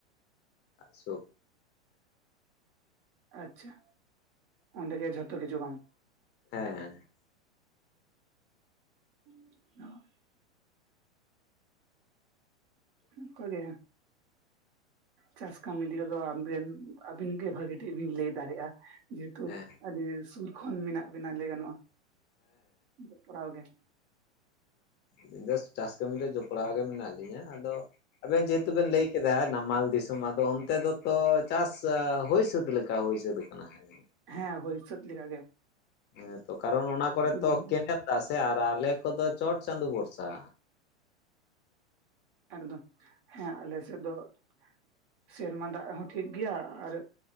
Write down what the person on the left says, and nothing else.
ᱥ <inaudible>
ᱦᱮᱸ
ᱦᱮᱸ
ᱟᱹᱧ <inaudible> ᱫᱚ <unintelligible> ᱪᱟᱥ ᱠᱟᱹᱢᱤ ᱨᱮ ᱡᱚᱯᱲᱟᱣ ᱜᱮ ᱢᱮᱱᱟᱜ ᱞᱤᱧᱟ ᱟᱫᱚ ᱟᱵᱮᱱ ᱡᱮᱦᱮᱛᱩ ᱵᱮᱱ ᱞᱟᱹᱭ ᱼᱼ ᱠᱮᱫᱟ ᱱᱟᱢᱟᱞ ᱫᱤᱥᱚᱢ ᱟᱫᱚ ᱚᱱᱛᱮ ᱫᱚᱛᱚ ᱪᱟᱥ ᱦᱩᱭ ᱥᱟᱹᱛ ᱞᱮᱠᱟ ᱦᱩᱭ ᱥᱟᱹᱛ ᱟᱠᱟᱱᱟ ᱦᱟᱸᱜ।
ᱦᱮᱸ ᱛᱚ ᱠᱟᱨᱚᱱ ᱚᱱᱟ ᱠᱚᱨᱮ ᱛᱚ
ᱠᱮᱱᱮᱞ ᱫᱟᱜ ᱥᱮ ᱟᱨ ᱟᱞᱮ ᱠᱚᱫᱚ ᱪᱚᱴ ᱪᱟᱸᱫᱳ ᱵᱷᱚᱨᱥᱟ।